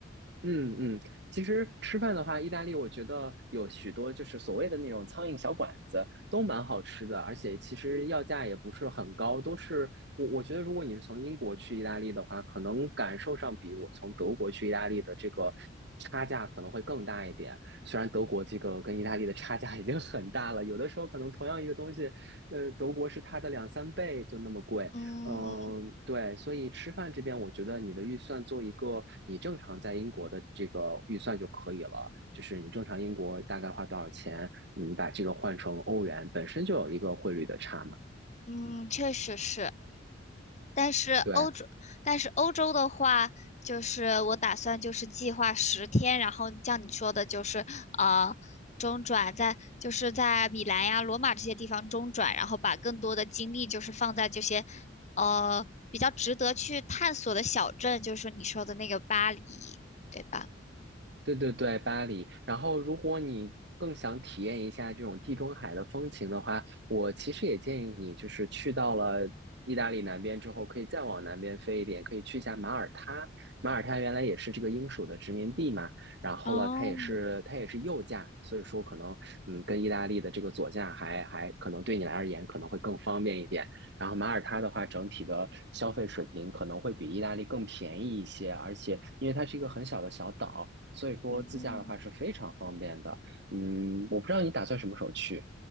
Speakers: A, on the right; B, on the left.
A: 嗯嗯，其实吃饭的话，意大利我觉得有许多就是所谓的那种苍蝇小馆子，都蛮好吃的，而且其实要价也不是很高，都是我我觉得如果你是从英国去意大利的话，可能感受上比我从德国去意大利的这个差价可能会更大一点。虽然德国这个跟意大利的差价已经很大了，有的时候可能同样一个东西，呃，德国是它的两三倍就那么贵，
B: 嗯
A: 嗯，对，所以吃饭这边，我觉得你的预算做一个你正常在英国的这个预算就可以了。就是你正常英国大概花多少钱，嗯你把这个换成欧元，本身就有一个汇率的差嘛。
B: 嗯，确实是。但是欧洲，
A: 对，
B: 但是欧洲的话，就是我打算就是计划十天，然后像你说的，就是呃中转在就是在米兰呀、罗马这些地方中转，然后把更多的精力就是放在这些呃比较值得去探索的小镇，就是你说的那个巴黎，对吧？
A: 对对对，巴黎。然后，如果你更想体验一下这种地中海的风情的话，我其实也建议你，就是去到了意大利南边之后，可以再往南边飞一点，可以去一下马耳他。马耳他原来也是这个英属的殖民地嘛，然后了，
B: 哦，
A: 它也是它也是右驾，所以说可能嗯，跟意大利的这个左驾还还可能对你来而言可能会更方便一点。然后马耳他的话，整体的消费水平可能会比意大利更便宜一些，而且因为它是一个很小的小岛，所以说自驾的话是非常方便的。
B: 嗯。
A: 嗯，我不知道你打算什么时候去。